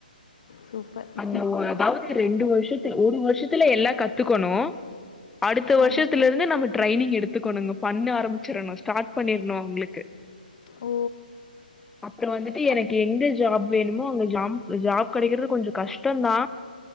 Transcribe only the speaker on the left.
சூப்பர் இப்
அது
ஓ!